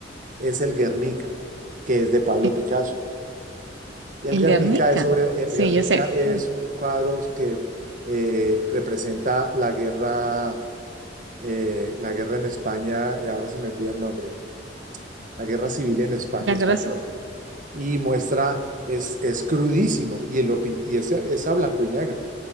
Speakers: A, on the right; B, on the right.
A: es el Guernica, que es de Pablo
B: e-
A: Picasso. Y el
B: el
A: Guernica
B: Guernica.
A: es sobre, el
B: Sí,
A: Guernica
B: yo sé.
A: es
B: Bueno,
A: un cuadro que eh, representa la guerra, eh, la guerra en España, eh, ahora se me olvida el nombre, la guerra civil en Espa-
B: la
A: española.
B: gracia.
A: Y muestra, es, es crudísimo y, lo pin- y es, es a blanco y negro